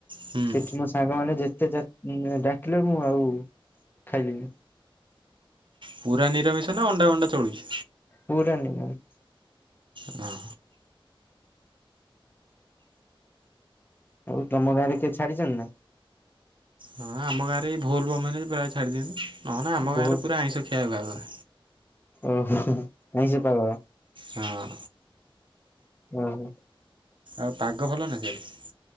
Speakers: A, on the right; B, on the left.
A: ହୁଁ
B: ସେଠି ମୋ ସାଙ୍ଗମାନେ ଯେତେ ଯା ଉଁ ଡାକିଲେ ମୁଁ ଆଉ ଖାଇଲିିନି।
A: ପୁରା ନିରାମିଷ ନା ଅଣ୍ଡା ମଣ୍ଡା ଚଳୁଚି?
B: ପୁରା ନିରାମିଷ୍।
A: ହଁ।
B: ଆଉ ତମ ଗାଁରେ କିଏ ଛାଡିଚନ୍ତି ନା?
A: ହଁ ଆମ ଗାଁରେ ଏଇ ଭୋଲବମ ହେନେ ଇ ପ୍ରାୟେ ଛାଡ଼ିଦିଅନ୍ତି ନହେନେ ଆମ
B: ବହୁତ
A: ଗାଁରେ ପୁରା ଆଇଁଷ ଖିଆ ବାରରା।
B: ଓହୋ ଆାଇଁଷ ପାଗଳ।
A: ହଁ।
B: ଆହୋ।
A: ଆଉ ପାଗ ଭଲନା ସିଆଡେ?